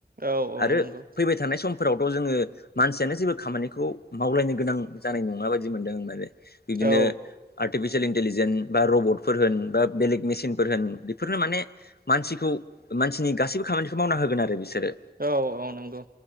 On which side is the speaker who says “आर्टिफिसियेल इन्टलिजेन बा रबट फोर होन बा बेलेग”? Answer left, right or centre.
Left